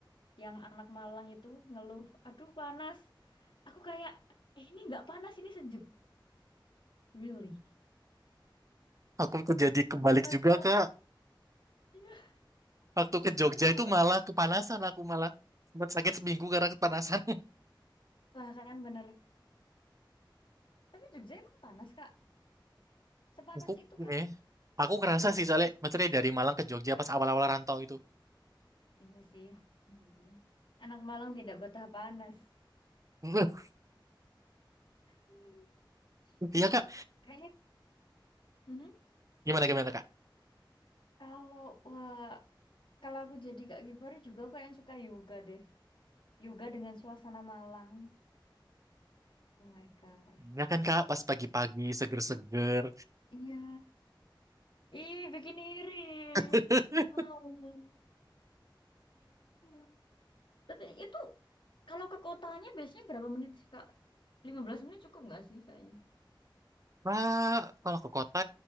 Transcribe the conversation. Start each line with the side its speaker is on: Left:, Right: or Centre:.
Left: yang anak Malang itu ngeluh aduh panas aku kayak eh ini nggak panas ini sejuk really
Right: Aku tuh jadi kebalik
Left: menurut mereka
Right: juga Kak.
Left: Iya.
Right: Waktu ke Jogja
Left: Ya, tapi kalau
Right: itu malah kepanasan aku malah sempat sakit seminggu karena kepanasan.
Left: lah kan bener. Tapi Jogja emang panas Kak. Sepanas
Right: <laughs>
Left: itu
Right: Aku ini
Left: kah?
Right: aku kerasa sih soalnya maksudnya dari Malang ke Jogja pas awal-awal rantau itu.
Left: Iya sih. Hmm. Anak Malang tidak betah panas.
Right: <laughs>
Left: Hmm. Eh,
Right: Iya
Left: tapi
Right: Kak,
Left: kayaknya Mhm.
Right: gimana gimana Kak?
Left: kalau wah, kalau aku jadi Kak Givari juga aku yang suka yoga deh. Yoga dengan suasana Malang. Oh my God.
Right: Ya kan Kak, pas pagi-pagi seger-seger.
Left: Iya. Ih, bikin iri.
Right: <laughs>
Left: Mau. Iya. Tapi itu kalau ke kotanya biasanya berapa menit sih, Kak? lima belas menit cukup nggak sih kayaknya?
Right: Nah, kalau ke kota,